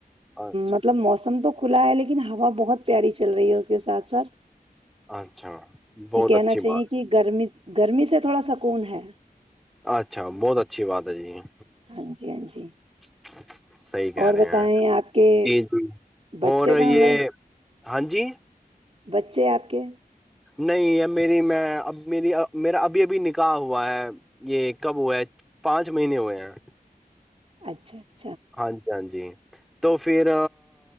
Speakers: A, in the centre; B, on the right.
A: اچھا
B: مطلب موسم تو کھلا ہے لیکن لیکن ہوا بہت پیاری چل رہی ہے اس کے ساتھ ساتھ
A: اچھا بہت
B: کہ کہنا
A: اچھی
B: چاہیے
A: بات
B: کہ گرمی گرمی سے تھوڑا سکون ہے
A: اچھا بہت اچھی بات ہے جی یہ
B: ہاں جی ہاں جی
A: <inaudible> صحی کہہ
B: اور
A: رہے
B: بتائیں
A: ہیں
B: آپ کے
A: جی جی
B: بچے
A: اور
B: کہاں
A: یہ
B: گئے
A: ہاں جی
B: بچے آپ کے
A: نہیں اب میری میں اب میری میرا ابھی ابھی نکاح ہوا ہے یہ کب ہوا ہے پانچ مہینے ہوئے ہیں
B: اچھاچھا
A: ہاں جی ہاں جی تو پھر